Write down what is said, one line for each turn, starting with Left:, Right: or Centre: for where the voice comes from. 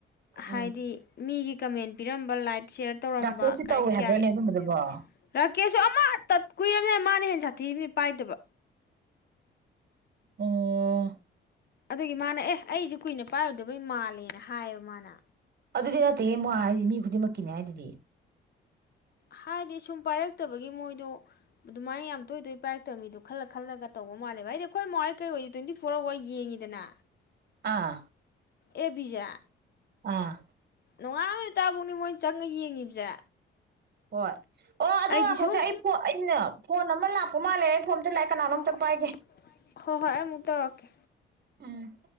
Left: ꯍꯥꯏꯗꯤ
Right: ꯎꯝ
Left: ꯃꯤꯒꯤ ꯀꯃꯦꯟ ꯄꯤꯔꯝꯕ ꯂꯥꯏꯠ ꯁꯌꯔ ꯇꯧꯔꯝꯕ
Right: ꯔꯥꯀꯦꯁꯇꯤ
Left: ꯀꯥꯏꯁꯤ
Right: ꯇꯧꯋꯦ ꯍꯥꯏꯕ꯭ꯔꯅꯦ
Left: ꯀꯌꯥ
Right: ꯑꯗꯨꯝꯕꯗꯨꯕꯣ ꯑꯣ
Left: ꯀꯦꯁꯨ ꯑꯃꯇ ꯀꯨꯏꯔꯕꯅꯤ ꯃꯥꯅ ꯍꯦ ꯁꯥꯊꯤꯝꯅꯤ ꯄꯥꯏꯗꯕ
Right: ꯑꯣꯝ
Left: ꯑꯗꯨꯒꯤ ꯃꯥꯅ ꯑꯦ ꯑꯩꯁꯨ ꯀꯨꯏꯅ ꯄꯥꯏꯔꯧꯗꯕꯩ ꯃꯥꯜꯂꯦꯅ ꯍꯥꯏꯌꯦꯕ ꯃꯥꯅ
Right: ꯑꯗꯨꯗꯤ ꯅꯠꯇꯦ ꯃꯣꯏ ꯍꯥꯏꯗꯤ ꯃꯤ ꯈꯨꯗꯤꯡꯃꯛꯀꯤꯅꯦ ꯍꯥꯏꯗꯨꯗꯤ
Left: ꯍꯥꯏꯗꯤ ꯁꯨꯝ ꯄꯥꯏꯔꯛꯇꯕꯒꯤ ꯃꯣꯏꯗꯣ ꯑꯗꯨꯃꯥꯏꯅ ꯌꯥꯝ ꯇꯣꯏ ꯇꯣꯏ ꯄꯥꯏꯔꯛꯇꯕ ꯃꯤꯗꯣ ꯈꯜꯂ ꯈꯜꯂꯒ ꯇꯧꯕ ꯃꯥꯜꯂꯦꯕ ꯍꯥꯏꯗꯤ ꯑꯩꯈꯣꯏ ꯃꯏ ꯀꯩ ꯑꯣꯏꯁ ꯇ꯭ꯋꯦꯟꯇꯤ ꯐꯣꯔ ꯑꯋꯥꯔ ꯌꯦꯡꯉꯤꯗꯅ
Right: ꯑꯥ
Left: ꯑꯦꯕꯤꯖꯥ
Right: ꯑꯥ
Left: ꯉꯥꯕ ꯇꯥꯕꯥꯎꯅꯦ ꯃꯣꯏ ꯆꯪꯉ ꯌꯦꯡꯉꯤꯕꯁꯦ
Right: ꯍꯣꯏ ꯑꯣ ꯑꯗꯣꯈꯣꯏꯁꯦ
Left: ꯑꯩꯗꯤ ꯁꯨꯝ
Right: ꯑꯩ ꯑꯩꯅ ꯐꯣꯟ ꯑꯃ ꯂꯥꯛꯄ ꯃꯥꯜꯂꯦ ꯑꯩ ꯐꯣꯟꯝꯇ ꯂꯥꯛꯑ ꯀꯅꯥꯅꯣ
Left: ꯍꯣꯏ
Right: ꯑꯝꯇ ꯄꯥꯏꯒꯦ
Left: ꯍꯣꯏ ꯑꯩ ꯑꯃꯨꯛ ꯇꯧꯔꯛꯀꯦ
Right: ꯎꯝ